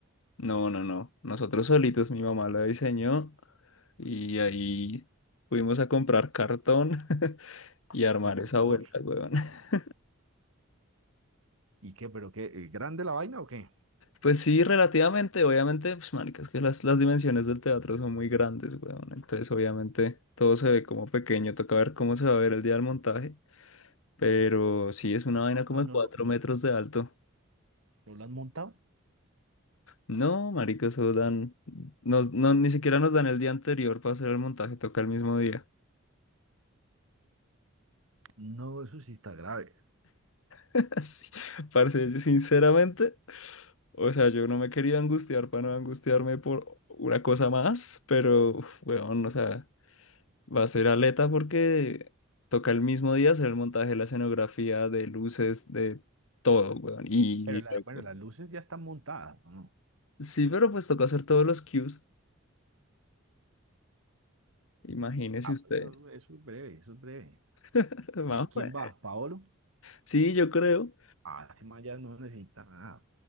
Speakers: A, on the left; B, on the right.
A: No, no, no. Nosotros solitos, mi mamá la diseñó. Y ahí fuimos a comprar cartón <laughs> y armar
B: ¿Y copor?
A: esa vuelta, weón. <laughs>
B: ¿Y qué? ¿Pero qué? ¿Es grande la vaina o qué?
A: Pues sí, relativamente, obviamente, pues marica, es que las, las dimensiones del teatro son muy grandes, weón. Entonces, obviamente, todo se ve como pequeño, toca ver cómo se va a ver el día del montaje. Pero sí, es una vaina como
B: Ah, ¿no
A: de cuatro
B: lo, no
A: metros de alto.
B: lo han montado?
A: No, marica, eso dan, nos, no, ni siquiera nos dan el día anterior para hacer el montaje, toca el mismo día.
B: No, eso sí está grave.
A: <laughs> Así, parce, yo sinceramente, o sea, yo no me quería angustiar para no angustiarme por una cosa más, pero, uf, weón, o sea, va a ser aleta porque toca el mismo día hacer el montaje, la escenografía, de luces, de todo, weón. Y
B: Pero la- bueno,
A: luego-
B: las luces ya están montadas, ¿o ¿no?
A: sí, pero pues toca hacer todos los cues, imagínese
B: Ah,
A: usted.
B: pues eso, eso es breve, eso es breve.
A: <laughs> Vamos,
B: ¿Quién, quién
A: pues.
B: va? ¿Paolo?
A: Sí, yo creo.
B: Ah, ese man ya no necesita nada.